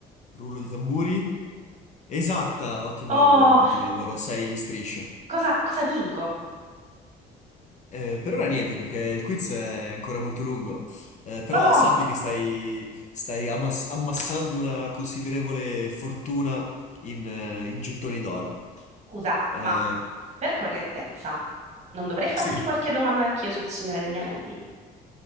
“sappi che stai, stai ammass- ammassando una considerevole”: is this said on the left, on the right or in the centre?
Left